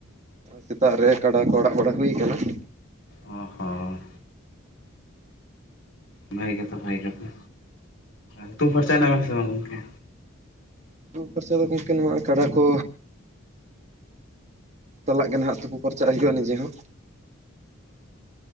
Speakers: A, on the right; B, on the left.
A: ᱥᱮᱛᱟᱜ ᱨᱮ ᱠᱟᱰᱟ ᱠᱚ ᱟᱲᱟᱜ ᱵᱟᱲᱟ ᱦᱩᱭ ᱠᱟᱱᱟ ᱾
B: ᱚ ᱦᱚᱸ ᱵᱷᱟᱹᱜᱤ ᱠᱟᱛᱷᱟ ᱵᱷᱟᱹᱜᱤ ᱠᱟᱛᱷᱟ ᱦᱩᱛᱩᱢ ᱯᱷᱟᱨᱪᱟᱭᱮᱱᱟ ᱵᱮᱱ ᱥᱮ ᱵᱟᱝ ᱜᱚᱝᱠᱮ?
A: ᱩᱢ ᱯᱷᱟᱨᱪᱟ ᱫᱚ ᱜᱚᱢᱠᱮ ᱱᱚᱣᱟ ᱠᱟᱰᱟ ᱠᱚ ᱪᱟᱞᱟᱜ ᱠᱟᱱᱟ ᱱᱟᱦᱟᱜ ᱛᱚᱯᱩ ᱯᱟᱨᱪᱟᱜ ᱦᱩᱭᱩᱜ-ᱟ ᱱᱤᱡᱮ ᱦᱚᱸ